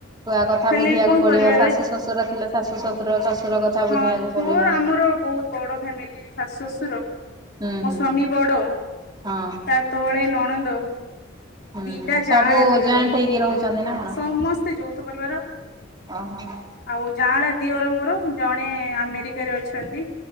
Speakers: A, on the right; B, on the left.
A: ଛୁଆ କଥା
B: ହେଲେ
A: ବୁଝିବାକୁ
B: ବି କଣ
A: ପଡ଼ିବ
B: କରିବା
A: ଶାଶୁ
B: ଏବେ
A: ଶ୍ୱଶୁର ଥିଲେ ଶାଶୁ ଶ୍ୱଶୁର ଶ୍ୱଶୁର କଥା
B: ହଁ
A: ବୁଝିବାକୁ ପଡ଼ିବ
B: ମୋର ଆମର ବହୁତ ବଡ଼ ଫ୍ୟାମିଲି ଶାଶୁ ଶଶୁର
A: ହୁଁ
B: ମୋ
A: ହୁଁ
B: ସ୍ୱାମୀ ବଡ଼
A: ହଁ
B: ତା ତଳେ ନଣନ୍ଦ
A: ହୁଁ
B: ଦିଟା
A: ସବୁ
B: ଯାଆଁଳା ଦିଅର
A: ଜଏଣ୍ଟ ହେଇକି ରହୁଚନ୍ତିନା କଣ?
B: ସମସ୍ତେ ଯୌଥ ପରିବାର
A: ଓହୋ
B: ଆଉ ଯାଆଁଳା ଦିଅର ମୋର ଜଣେ ଆମେରିକାରେ ଅଛନ୍ତି।